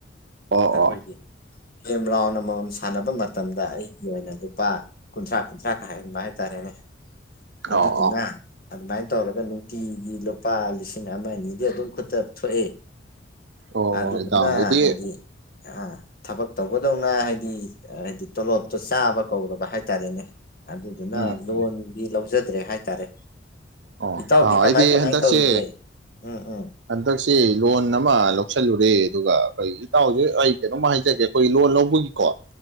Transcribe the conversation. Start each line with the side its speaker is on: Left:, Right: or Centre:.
Right: ꯑꯣ
Left: ꯑꯩꯈꯣꯏꯒꯤ
Right: ꯑꯣ
Left: ꯒꯦꯝ ꯔꯥꯎꯟ ꯑꯃꯃꯝ ꯁꯥꯟꯅꯕ ꯃꯇꯝꯗ ꯑꯩꯒꯤ ꯑꯣꯏꯅ ꯂꯨꯄꯥ ꯀꯨꯟꯊ꯭ꯔꯥ ꯀꯨꯟꯊ꯭ꯔꯥꯒꯥꯏꯍꯟꯕ ꯍꯥꯏꯇꯥꯔꯦꯅꯦ
Right: ꯑꯣ
Left: ꯑꯗꯨꯗꯨꯂ
Right: ꯑꯣ
Left: ꯑꯗꯨꯃꯥꯏꯅ ꯇꯧꯔꯒ ꯅꯨꯡꯇꯤꯒꯤ ꯂꯨꯄꯥ ꯂꯤꯁꯤꯡ ꯑꯃ ꯑꯅꯤꯗꯤ ꯑꯗꯨꯝ ꯈꯨꯠꯇ ꯊꯣꯛꯑꯦ
Right: ꯑꯣ
Left: ꯑꯗꯨꯗꯨꯅ
Right: ꯏꯇꯥꯎ ꯑꯩꯗꯤ
Left: ꯍꯥꯏꯗꯤ ꯑ ꯊꯕꯛ ꯇꯧꯕꯗꯧꯅ ꯍꯥꯏꯗꯤ ꯍꯥꯏꯗꯤ ꯇꯣꯂꯣꯞꯇꯣ ꯆꯥꯕ ꯀꯧꯒ ꯍꯥꯏꯇꯥꯔꯦꯅꯦ ꯑꯗꯨꯗꯨꯅ
Right: ꯎꯝ
Left: ꯂꯣꯟꯗꯤ
Right: ꯎꯝ
Left: ꯂꯧꯖꯗ꯭ꯔꯦ ꯍꯥꯏꯇꯥꯔꯦ
Right: ꯑꯣ
Left: ꯏꯇꯥꯎꯗꯤ
Right: ꯇꯥꯑꯣ
Left: ꯀꯃꯥꯏ
Right: ꯑꯩꯗꯤ
Left: ꯀꯃꯥꯏ
Right: ꯍꯟꯗꯛꯁꯦ
Left: ꯇꯧꯔꯤꯒꯦ ꯎꯝ ꯎꯝ
Right: ꯍꯟꯗꯛꯁꯤ ꯂꯣꯟ ꯑꯃ ꯂꯧꯁꯤꯜꯂꯨꯔꯦ ꯑꯗꯨꯒ ꯑꯩꯈꯣꯏ ꯏꯇꯥꯎꯁꯛ ꯑꯩ ꯀꯩꯅꯣꯝꯃ ꯍꯥꯏꯖꯒꯦ ꯑꯩꯈꯣꯏ ꯂꯣꯟ ꯂꯧꯕꯒꯤꯀꯣ